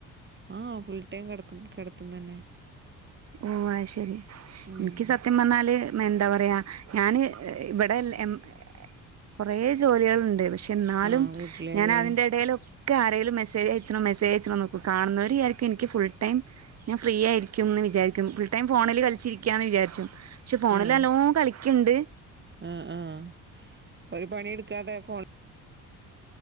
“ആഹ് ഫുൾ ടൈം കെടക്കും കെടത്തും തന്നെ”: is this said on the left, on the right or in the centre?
Right